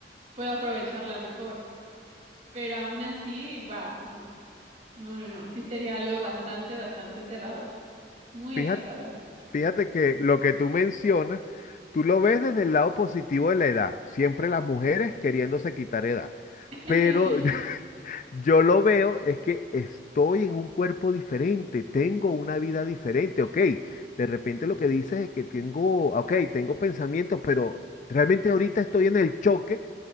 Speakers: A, on the right; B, on the left.
A: puedo aprovecharla mejor. Pero aún así, wow, no, no, no, no, sí sería algo bastante, bastante aterrador, muy
B: Fíjate,
A: aterrador.
B: fíjate que lo que tú mencionas, tú lo ves desde el lado positivo de la edad, siempre las mujeres queriéndose quitar edad.
A: <laughs>
B: Pero <laughs> yo lo veo es que estoy en un cuerpo diferente, tengo una vida diferente, ok. De repente lo que dices es que tengo, ok, tengo pensamientos, pero realmente ahorita estoy en el choque